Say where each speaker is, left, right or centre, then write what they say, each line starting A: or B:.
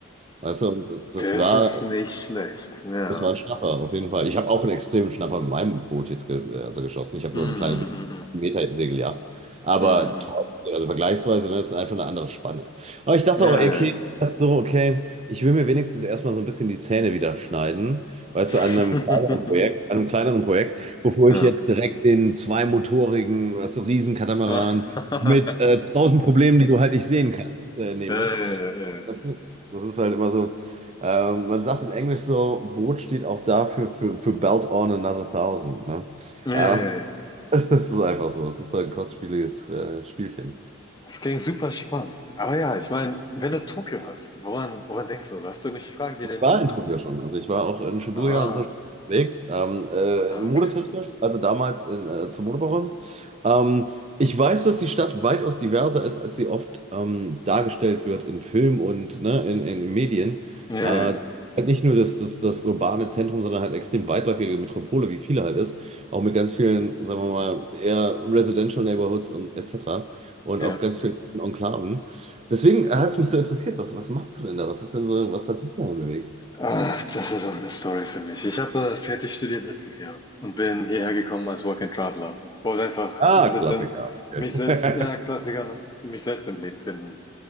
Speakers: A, on the right; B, on the left.
A: Weißt du, und das
B: Das
A: war
B: ist nicht schlecht, ja.
A: das war ein Schnapper, auf jeden Fall. Ich habe auch einen extremen Schnapper mit meinem Boot jetzt ge äh, also geschossen. Ich habe
B: Mm,
A: nur
B: mm,
A: eine kleine Se
B: mm, mm.
A: Meter Segeljacht. Aber
B: Mhm.
A: trotzdem, also vergleichsweise, ne, das ist einfach eine andere Spanne. Aber ich dachte
B: Ja,
A: auch, okay,
B: ja, ja.
A: das so, okay, ich will mir wenigstens erstmal so ein bisschen die Zähne wieder schneiden, weißt
B: <laughs>
A: du, an einem kleineren Projekt, an einem kleineren Projekt, bevor
B: Ja.
A: ich jetzt direkt den zweimotorigen, weißt du, Riesenkatamaran
B: <laughs>
A: mit äh,
B: Ja.
A: tausend Problemen, die du halt nicht sehen kannst, äh, nehme.
B: Ja, ja, ja, ja, ja.
A: Das ist, das ist halt immer so. Ähm, man sagt in Englisch so, Boot steht auch dafür für, für Belt on another thousand, ne?
B: Ja,
A: Ähm,
B: ja, ja.
A: <laughs> das ist einfach so. Das ist halt ein kostspieliges äh, Spielchen.
B: Das klingt super spannend. Aber ja, ich meine, wenn du Tokio hast, woran, woran denkst du so? Hast du irgendwelche Fragen, die
A: Ich
B: dir in
A: war
B: den Sinn
A: in
B: kommen?
A: Tokio schon. Also ich war auch in Shibuya
B: Ah,
A: und so schon unterwegs, ähm, äh,
B: ah,
A: modetechnisch,
B: okay.
A: also damals in, äh, zur Modewoche. Ähm, ich weiß, dass die Stadt weitaus diverser ist, als sie oft ähm, dargestellt wird in Film und ne, in, in den Medien.
B: Ja,
A: Äh,
B: ja, ja.
A: halt nicht nur das, das, das urbane Zentrum, sondern halt extrem weitläufige Metropole, wie viele halt ist. Auch mit ganz vielen, sagen wir mal, eher Residential Neighborhoods und etc. Und
B: Ja.
A: auch ganz vielen Enklaven. Deswegen hat es mich so interessiert, was, was machst du denn da? Was ist denn so, was hat dich da bewegt?
B: Ach, das ist auch eine Story für mich. Ich habe äh, fertig studiert letztes Jahr und bin hierher gekommen als Work and Traveler. Wollte einfach
A: Ah,
B: so ein bisschen
A: Klassiker. Okay.
B: mich selbst, ja, Klassiker,
A: <laughs>
B: ne? Mich selbst im Leben finden.